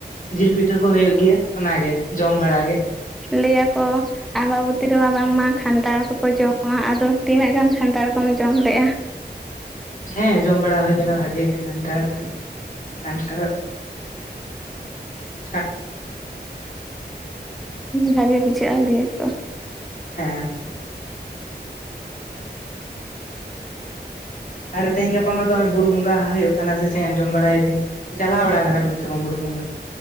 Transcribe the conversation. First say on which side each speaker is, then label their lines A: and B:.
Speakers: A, on the left; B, in the centre.
A: ᱡᱤᱞ ᱯᱤᱴᱷᱟᱹ ᱠᱚ ᱦᱩᱭᱩᱜ ᱜᱮᱭᱟ ᱚᱱᱟᱜᱮ ᱡᱚᱢ ᱵᱟᱲᱟ ᱜᱮ
B: ᱞᱮᱹᱭᱟ ᱠᱚ ᱟᱢᱵᱟᱵᱚᱛᱤ ᱨᱮᱢᱟ ᱵᱟᱝᱢᱟ ᱠᱷᱟᱱᱴᱷᱟᱲ ᱠᱚᱠᱚ ᱡᱚᱢᱟ ᱟᱫᱚ ᱛᱤᱱᱟᱹᱜ ᱜᱟᱱ ᱠᱷᱟᱱᱴᱷᱟᱲ ᱠᱚᱢ ᱡᱚᱢ ᱞᱮᱜᱼᱟ
A: ᱦᱮᱸ ᱡᱚᱢ ᱵᱟᱲᱟ ᱦᱩᱭ ᱞᱮᱱᱟ ᱵᱷᱟᱜᱮ ᱜᱮ ᱠᱟᱱᱴᱷᱟᱲ ᱠᱟᱱᱴᱷᱟᱲ ᱻ
B: ᱵᱷᱟᱜᱮ ᱵᱩᱡᱷᱟᱹᱜᱼᱟ ᱞᱟᱹᱭᱟ ᱠᱚ
A: ᱦᱮᱸ ᱟᱨ ᱛᱮᱦᱮᱧ ᱜᱟᱯᱟ ᱢᱟᱛᱚ ᱵᱩᱨᱩ ᱵᱚᱸᱜᱟ ᱦᱳᱭᱳᱜ ᱠᱟᱱᱟ ᱥᱮ ᱪᱮᱫ ᱡᱚᱢ ᱵᱟᱲᱟᱭᱮᱫᱤᱧ ᱪᱟᱞᱟᱣ ᱵᱟᱲᱟ ᱠᱟᱱᱟ ᱵᱤᱱ ᱥᱮ ᱵᱟᱝ ᱵᱩᱨᱩ ᱵᱚᱸᱜᱟ